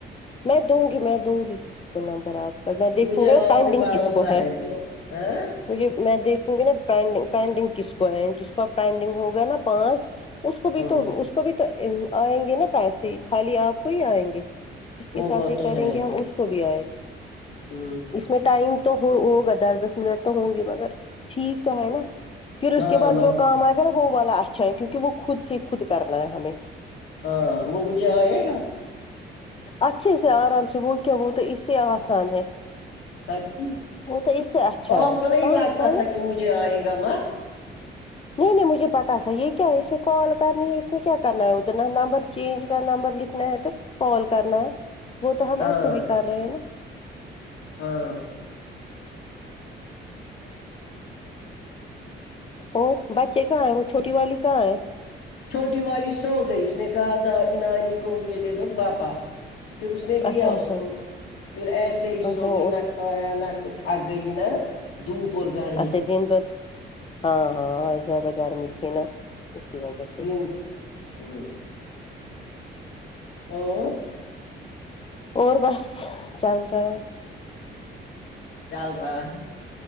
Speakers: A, on the left (about 30°); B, on the left (about 80°).
A: میں دوں گی میں دوں گی کسی کو نمبر آپ اور میں دیکھوں
B: مجھے
A: گا
B: آپ
A: پینڈنگ
B: پہ بھروسہ
A: کس کو ہے
B: ہاں
A: مجھے میں دیکھوں گی نا پینڈنگ پینڈنگ کس کو ہے جس کو پینڈنگ ہوگا نا پانچ اس کو بھی
B: ہاں
A: تو اس کو بھی تو ام آئیں گے نا پیسے خالی آپ کو ہی آئیں گے جس کے
B: وہ
A: ساتھ
B: وہ
A: ہی
B: تو
A: کریں
B: ہے
A: گے ہم اس کو بھی آئیں گے
B: ہ
A: اس میں ٹائم تو ہو ہوگا دس دس منٹ تو ہوں گے مگر ٹھیک تو ہے نا پھر اس
B: ہاں
A: کے بعد
B: مذہب،
A: جو کام آئے گا نا وہ والا اچھا ہے کیونکہ وہ خود سے خود کرنا ہے ہمیں
B: ہاں وہ مجھے آئے گا
A: اچھے سے آرام سے وہ کیا وہ تو اس سے آسان ہے
B: سچی
A: وہ تو اس سے اچھا
B: آپ
A: ہے
B: کو نہیں
A: ہاں
B: لگتا
A: ہے
B: تھا
A: نا
B: کہ مجھے آئے گا مت
A: نہیں نہیں مجھے پتہ تھا یہ کیا ہے اس میں کال کرنی ہے اس میں کیا کرنا ہے ادھر نہ نمبر چینج کر نمبر لکھنا ہے تو کال کرنا ہے وہ تو ہم
B: ہاں
A: ایسے بھی کر رہے ہیں نا
B: ہاں
A: اور بچے کہاں ہے وہ چھوٹی والی کہاں ہے
B: چھوٹی والی سو گئی اس نے کہا دا نانی کو مجھے دے دو پاپا پھر اس نے دیا
A: اچھا اچھا
B: اس کو پھر ایسے ہی
A: اچھا
B: سوگئ
A: وہ
B: نہ کھ ایا نہ کچھ تھک گئی نا دھوپ اور گر
A: <unintelligible> ہاں ہاں اور زیادہ گرمی تھی نا اسی وجہ سے
B: دن ہوں اور
A: اور بسس چل رہا ہے
B: چل با بائ